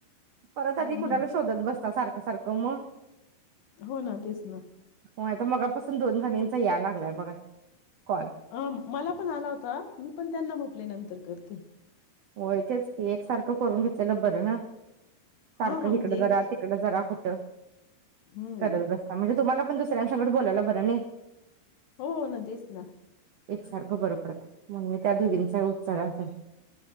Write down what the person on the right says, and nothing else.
परत आधी
कुणाला
शोधत बस का सारख सारख म
होय आता मगापासून दोन जणींचा या लागलाय बघा. कॉल
होय तेच की एक सारख करून घेतलेल बर ना? सारख
हिकड
जरा
तिकड जरा कु <inaudible> करत
बसता म्हणजे तुम्हाला आपण दुसऱ्यांसंगट बोलायला बर नायी
एकसारख बर पडतय म्हणुन मी त्या दोघी चा उचालाचा